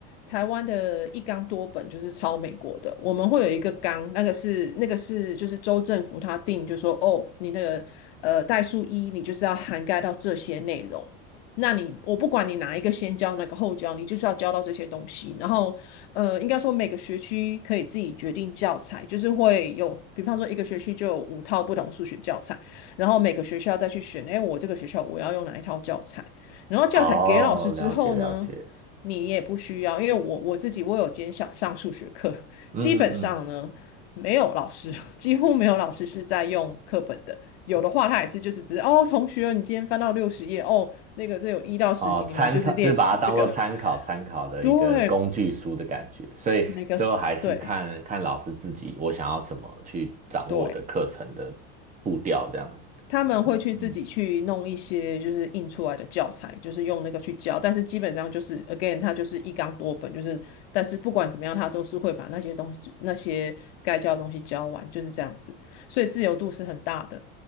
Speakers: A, on the left (about 80°); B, on the right (about 25°).
A: 台湾的一纲多本就是抄美国的，我们会有一个纲，那个是那个是就是州政府他定，就说哦，你那个呃代数一，你就是要涵盖到这些内容。那你我不管你哪一个先教，哪个后教，你就是要教到这些东西。然后呃，应该说每个学区可以自己决定教材，就是会有，比方说一个学区就有五套不同数学教材。然后每个学校再去选，哎，我这个学校我要用哪一套教材，然后教材给老师之后呢，
B: 哦，了解了解。
A: 你也不需要，因为我我自己我有兼想上数学课，
B: 嗯嗯嗯
A: 基本上呢没有老师，<laughs> 几乎没有老师是在用课本的，有的话他也是就是只是哦，同学，你今天翻到六十页哦，那个这有一到十题，
B: 哦，
A: 你们就是练习这个，
B: 参考就是把它当做参考参考的一个工具书的感觉，
A: <laughs> 对，
B: 所以最后还是看看老师自己，
A: 那个是，对
B: 我想要怎么去掌握我的课程的步调这样子。
A: 对。他们会去自己去弄一些就是印出来的教材，
B: 哦，嗯
A: 就是用那个去教，但是基本上就是 again，它就是一纲多本，就是但是不管怎么样，他都是会把那些东西那些该教的东西教完，就是这样子，所以自由度是很大的。